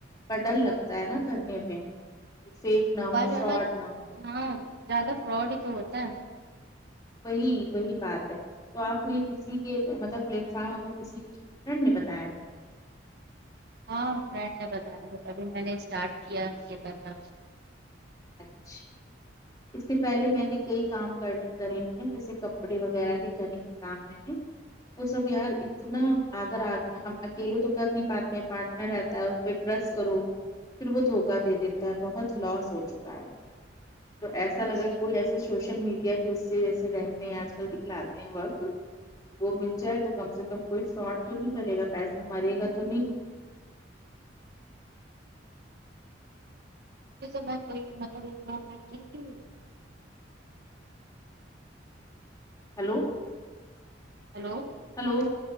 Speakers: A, on the left (about 20°); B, on the right (about 55°).
A: اور ڈر لگتا ہے نا کرنے میں فیک نہ
B: موبائل
A: ہو
B: والا
A: فراڈ نہ ہو
B: ہاں زیادہ فراڈ ہی تو ہوتا ہے
A: وہی وہی بات ہے تو آپ کو یہ کسی کے مطلب پلیٹ فارم پے کسی فرینڈ نے بتایا
B: ہاں فرینڈ نے بتایا تھا تبھی میں نے اسٹارٹ کیا یہ کرنا
A: اچھا اس سے پہلے میں نے کئی کام کرے ہیں جیسے کپڑے وغیرہ کے کرے ہے کام <unintelligible> وہ سب یار اتنا اگر ہم اکیلے تو کر نہیں پاتے ہیں پارٹنر رہ اس پہ ٹرسٹ کرو پھر وہ دھوکا دے دیتا ہے بہت لاس ہو چکا ہے تو ایسا
B: ابھی
A: لگا کوئی ایسے سوشل میڈیا کے اس سے جیسے رہتے ہیں آج کل دکھلاتے ہیں وقت وہ مل جائے تو کم سے کم کوئی فراڈ تو نہیں کرے گا پیسہ مرے گا تو نہیں
B: سے میںئی مطلب گئے کی تھی <unintelligible>
A: ہیلو
B: ہیلو
A: ہیلو